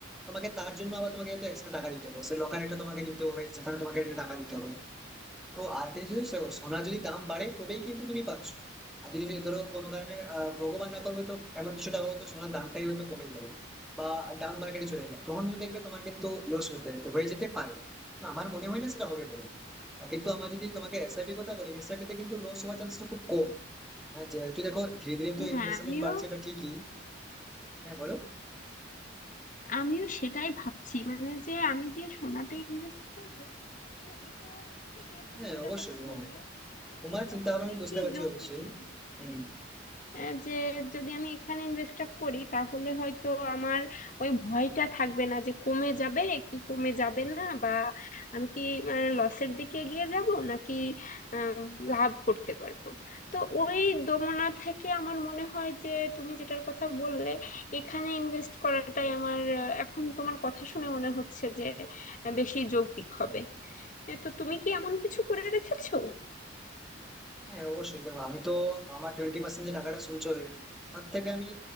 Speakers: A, in the centre; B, on the left (about 40°).
A: তোমাকে তার জন্য আবার তোমাকে এক্সট্রা টাকা দিতে হবে সে লকার একটা তোমাকে নিতে হবে সেখানে তোমাকে একটা টাকা দিতে হবে তো আর্টিফিশিয়াল সোনার যদি দাম বাড়ে তবেই কিন্তু তুমি পাচ্ছ আর যদি যদি ধরো কোনো কারণে আহ, ভগবান না করবে তো এমন কিছুটা হলো তো সোনার দামটাই হয়তো কমে গেল বা ডাউন মার্কেটে চলে গেল তখন কিন্তু দেখবে তোমার কিন্তু লস হতে তো হয়ে যেতে পারে না, আমার মনে হয় না সেটা হবে বলে আহ, কিন্তু আমার যদি তোমাকে এসআইপি কথা বলি এসআইপি তে কিন্তু লস হওয়ার চান্সটা খুব কম হ্যাঁ যেহেতু দেখো ধীরে ধীরে
B: হ্যাঁ
A: তো ইনফ্লেশন
B: আমিও
A: রেট বাড়ছে এটা ঠিকই হ্যাঁ বলো
B: আমিও সেটাই ভাবছি মানে যে আমি যে সোনাতে ইনভেস্ট করব তো এটা থেকে তুমি
A: হ্যাঁ
B: যেটার
A: অবশ্যই
B: কথা
A: হ্যাঁ
B: বললে তো
A: তোমার
B: এটাই
A: চিন্তা ভাবনা আমি
B: বেশি
A: বুঝতে পারছি
B: যৌক্তিক
A: অবশ্যই
B: মনে হচ্ছে
A: হম,
B: আহ, যে যদি আমি এখানে ইনভেস্টটা করি তাহলে হয়তো আমার ওই ভয়টা থাকবে না যে কমে যাবে কি কমে যাবে না বা আমি কি লসের দিকে এগিয়ে যাব নাকি আম, লাভ করতে পারবো তো ওই দোমনা থেকে আমার মনে হয় যে তুমি যেটার কথা বললে এখানে ইনভেস্ট করাটাই আমার আহ, এখন তোমার কথা শুনে মনে হচ্ছে যে আহ, বেশি যৌক্তিক হবে এ, তো তুমি কি এমন কিছু করে রেখেছো
A: হ্যাঁ অবশ্যই দেখো আমি তো আমার টোয়েন্টি পার্সেন্ট যে টাকাটা সঞ্চয় হয় তার থেকে আমি